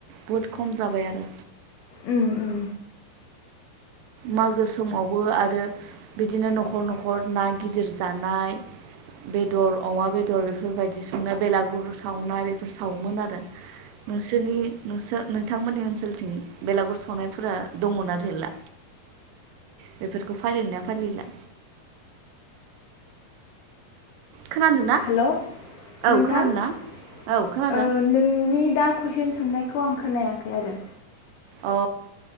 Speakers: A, on the right; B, on the left.
A: बहुत खम जाबाय आरो।
B: उम उम
A: मागो समावबो आरो बिदिनो न'खर न'खर ना गिदिर जानाय बेदर अमा बेदर बेफोरबायदि संनाय बेलागुर सावनाय बेफोर सावोमोन आरो नोंसोरनि नोंसोर नोंथांमोननि ओनसोलथिं बेलागुर सावनायफोरा दंना गैला बेफोरखौ फालियोना फालिला खोनादों ना
B: हेल
A: औ
B: नोंथां
A: खोनादों
B: ओ
A: ना औ खोनादों
B: नोंनि दा- कुइसन सोंनायखौ आं खोनायाखै आरो
A: अ